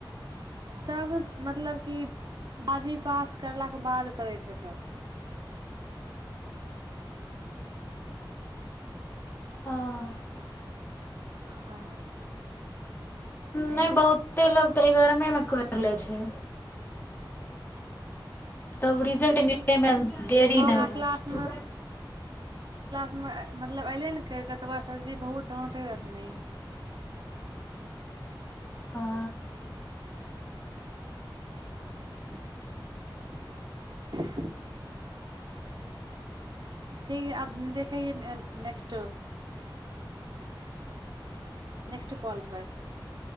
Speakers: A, on the right; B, on the left.
A: सभ मतलब की बारहवीं पास करलाके बाद करै छैय सभ
B: हँ
A: हाँ
B: नहि बहुते लोग तऽ एगरमे मे कर लेय छैय तब रिजल्ट मिले में देरी
A: हमरा
B: नै होइ
A: क्लास
B: छैय
A: म-मतलब ऐलैलकै ततबा सरजी बहुत डांटैय रहथिन
B: छै हँ
A: <unintelligible> ठीक है अब देखैय नेस्ट नेस्ट कॉल पर